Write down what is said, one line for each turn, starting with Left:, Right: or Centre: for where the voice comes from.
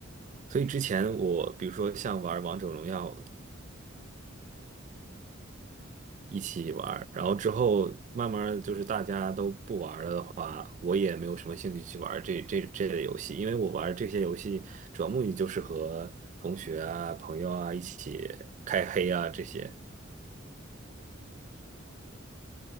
Right: 所以之前我比如说像玩王者荣耀
Left: 嗯
Right: 一起玩，然后之后慢慢地就是大家都不玩了的话，我也没有什么兴趣去玩这这这类游戏，因为我玩这些游戏主要目的就是和同学啊、朋友啊一起开黑啊这些
Left: 嗯，是了解。